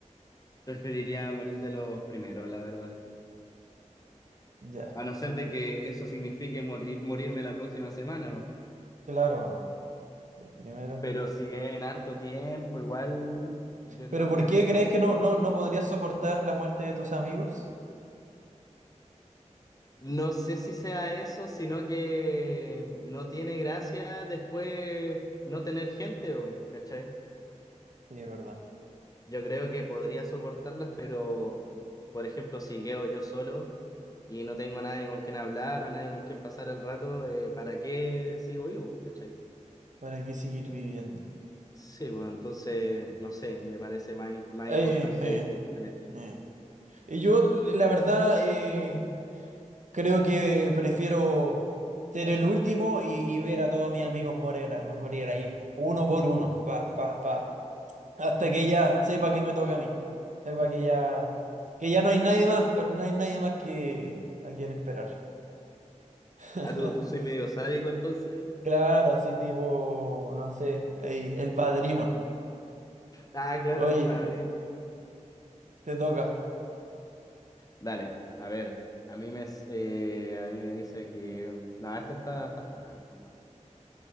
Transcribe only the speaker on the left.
preferiría morir de los primeros, la verdad.
A no ser de que eso signifique morir, morirme la próxima semana. o-
Pero si es en harto tiempo, igual yo
no
creo
que haya...
No sé si sea eso, sino que no tiene gracia después no tener gente, o, ¿cachai?
Yo creo que podría soportarlas, pero por ejemplo, si quedo yo solo y no tengo a nadie con quien hablar o a nadie con quien pasar el rato, eh, ¿para qué sigo vivo, po, cachai?
Sí, pues entonces, no sé, me parece más, im- más
importante
eh, tener gente.
Ah, tú, tú soy medio sádico entonces.
Ah, claro,
el padrino.
Dale, a ver, a mí me, s- eh, a mí me dice que... No, esta está, está fome, a ver, pues no.